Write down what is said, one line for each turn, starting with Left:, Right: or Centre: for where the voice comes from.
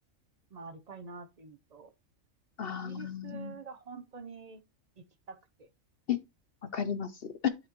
Right: 回りたいなっていうのと、
Left: ああ、
Right: イギリスが本当に行きたくて、
Left: え、わかります。